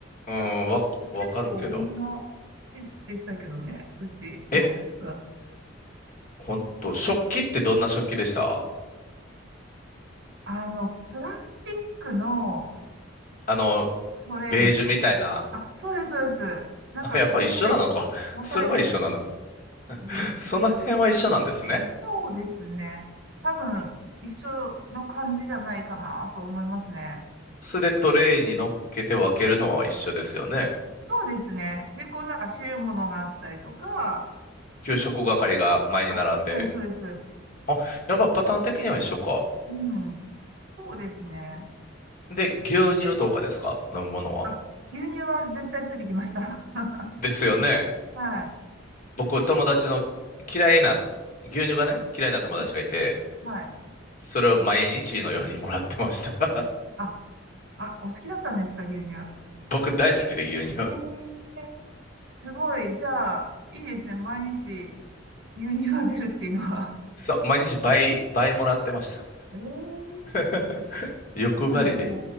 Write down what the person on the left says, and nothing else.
うん、
わ、わかるけど。
え、ほんと、食器ってどんな食器でした
あの、
ベージュみたいな。
<laughs>
あやっぱ一緒なのか。
それは一緒なのか。
その辺は一緒なんですね。
それでトレイに乗っけて分けるのは一緒ですよね。
給食係が前に並んで。
あ、やっぱパターン的には一緒か。
で、牛乳とかですか飲むものは。
ですよね。
僕、友達の嫌いな、牛乳がね、嫌いな友達がいて、
それを毎日のようにもらってました。<laughs>
僕大好きで牛乳。
そう、毎日倍、倍もらってました。
<laughs> 欲張りで。